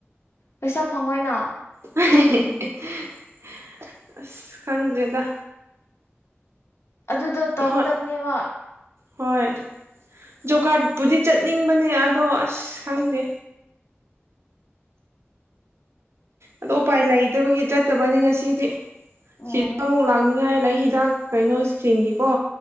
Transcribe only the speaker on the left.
ꯄꯩꯁꯥ ꯐꯪꯉꯣꯏꯅ
ꯑꯗꯨꯗꯣ ꯇꯧꯒꯗꯕꯅꯦꯕ
ꯎꯝ